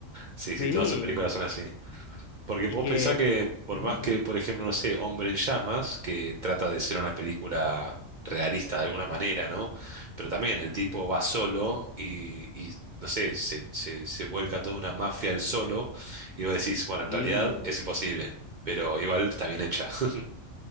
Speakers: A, on the right; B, on the left.
A: Sí,
B: Sí,
A: sí, todas sus películas son así. Porque
B: y
A: vos
B: que...
A: pensás que, por
B: ujú,
A: más que,
B: ujú.
A: por ejemplo, no sé, Hombre en Llamas, que trata de ser una película realista de alguna manera, ¿no? Pero también el tipo va solo y, y no sé, se, se, se vuelca toda una mafia él solo, y vos decís, bueno,
B: Sí,
A: en realidad es imposible, pero igual está bien hecha. <laughs>